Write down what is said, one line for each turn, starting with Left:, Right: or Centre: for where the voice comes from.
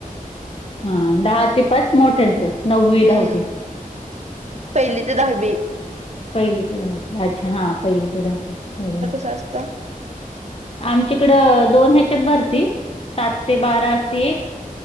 Left: हा दहा ते पाच मोठ्यांचं नववी
Right: हम्म
Left: दहावी
Right: पहिली ते दहावी
Left: पहिली ते दहावी अच्छा हा पहिली ते दहावी बरोबर
Right: अस्त
Left: आमच्याकडं दोन ह्याच्यात भरती सात ते बारा असती एक